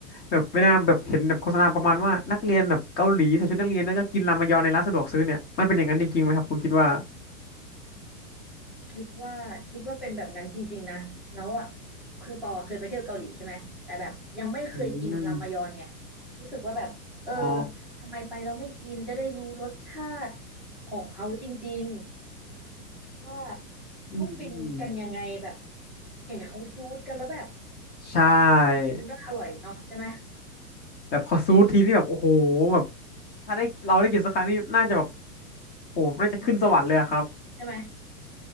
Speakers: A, on the left (about 20°); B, in the centre.
A: แบบเวลาแบบเห็นแบบโฆษณาประมาณว่านักเรียนแบบเกาหลีใส่ชุดนักเรียนแล้วก็กินรามายอนในร้านสะดวกซื้อเนี่ยมันเป็นอย่างนั้นจริงๆไหมครับคุณคิดว่า
B: คิดว่าคิดว่าเป็นแบบนั้นจริงๆนะแล้วอ่ะคือปอเคยไปเที่ยวเกาหลีใช่ไหมแต่แบบยังไม่เคยกินรามยอนไง
A: อืม
B: รู้สึกว่าแบบเออ
A: อ๋อ
B: ทำไมไปเราไม่กินจะได้รู้รสชาติของเขาจริงๆว่าเขาฟินกันยังไงแบบ
A: อืมอืม
B: เห็นเขาซูดกันแล้วแบบ
A: ใช่
B: ดูน่าอร่อยเนาะใช่ไหม
A: แบบขอซูทีนี่แบบโอ้โหแบบถ้าได้เราได้กินสักครั้งนี่น่าจะแบบโอ้โหน่าจะขึ้นสวรรค์เลยอะครับ
B: ก็ต้องกินนะใช่ไหม